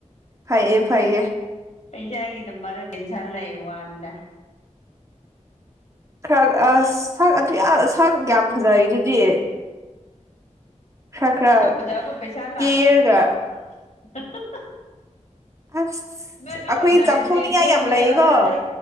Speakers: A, on the right (about 25°); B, on the left (about 70°).
A: ꯐꯩꯌꯦ ꯐꯩꯌꯦ
B: ꯄꯩꯁꯥ ꯍꯥꯏꯒ ꯅ ꯃꯗ ꯇꯤꯟꯁꯥꯜꯗ ꯏ ꯋꯥꯟꯗ
A: ꯈꯔ ꯑ ꯁꯛ ꯑꯗꯨ ꯁꯛ ꯌꯥꯝ ꯐꯖꯩ ꯑꯗꯨꯗꯤ ꯈ ꯈ꯭ꯔ
B: ꯁꯛ ꯐꯖꯕ ꯄꯩꯁꯥ ꯂꯥꯛꯀꯗ꯭ꯔꯣ
A: ꯀꯦꯔꯒ
B: <unintelligible>
A: ꯑꯁ
B: ꯅꯣꯏꯁꯨ
A: ꯑꯩꯈꯣꯏ
B: ꯐꯖꯔꯤꯁꯤ
A: ꯆꯥꯎꯊꯣꯛꯅꯤꯡꯉꯥꯏ
B: ꯅꯣꯏꯅꯦ
A: ꯌꯥꯝ ꯂꯩꯀꯣ
B: ꯑꯁ